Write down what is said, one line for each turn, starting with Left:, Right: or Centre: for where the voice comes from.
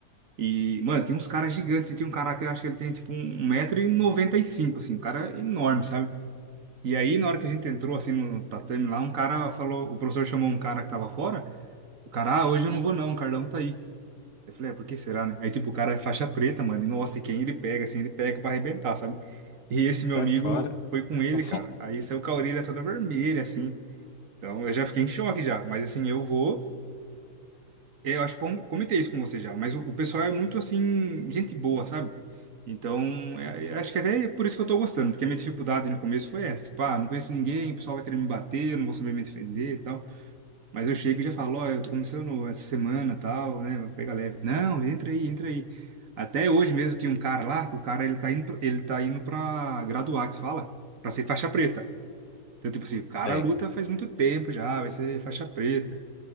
Right: E, mano, tem uns caras gigantes. E tem um cara que eu acho que ele tem, tipo, um um metro e noventa e cinco assim. Um cara enorme, sabe? E aí, na hora que a gente entrou, assim, no tatame lá, um cara falou... O professor chamou um cara que tava fora. O cara, ah, hoje eu não vou não, o Carlão tá aí. Eu falei, é, por que será, né? Aí, tipo, o cara é faixa preta, mano. E, nossa, e quem ele pega, assim, ele pega pra arrebentar, sabe? E esse meu
Left: Sai
Right: amigo
Left: fora.
Right: foi com ele,
Left: <laughs>
Right: cara. Aí saiu com a orelha toda vermelha, assim. Então, eu já fiquei em choque já. Mas, assim, eu vou... Eu acho que com- comentei isso com você já, mas o, o pessoal é muito assim, gente boa, sabe? Então, é- é- acho que até é por isso que eu tô gostando, porque a minha dificuldade no começo foi essa, tipo, ah, não conheço ninguém, o pessoal vai querer me bater, eu não vou saber me defender e tal. Mas eu chego e já falo, ó, eu tô começando essa semana, tal, né? Pega leve. Não, entra aí, entra aí. Até hoje mesmo tinha um cara lá, que o cara ele tá indo, pra- ele tá indo pra graduar, que fala, pra ser faixa preta. Então, tipo assim, o cara
Left: Sei.
Right: luta faz muito tempo já, vai ser faixa preta.